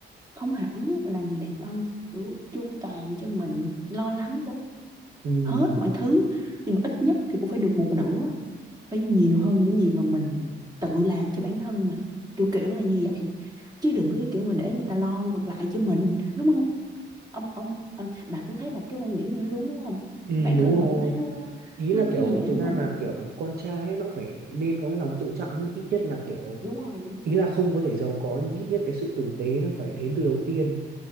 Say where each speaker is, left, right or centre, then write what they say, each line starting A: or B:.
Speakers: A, on the right (about 20°); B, on the right (about 50°).
A: không hẳn là người đàn ông chu toàn cho mình lo lắng vô-
B: ừ,
A: hết mọi thứ nhưng mà ít nhất thì cũng phải được một nửa phải nhiều hơn những gì mà mình tự làm cho bản thân mình kiểu kiểu là như vậy chứ đừng có cái kiểu mà để người ta lo ngược lại cho mình đúng không ông ông à, bà cũng thấy là cái quan điểm này nó đúng đúng không
B: ừ,
A: bản
B: đúng
A: thân
B: rồi
A: bà cũng thấy nó
B: ý
A: nó
B: là
A: nó
B: kiểu
A: như vậy
B: thực
A: đúng
B: ra
A: không
B: là kiểu con trai ấy, nó phải nên có cái lòng tự trọng mới ít nhất là kiểu
A: đúng rồi đúng rồi
B: ý là không có thể giàu có nhưng ít nhất cái sự tử tế nó phải đến từ đầu tiên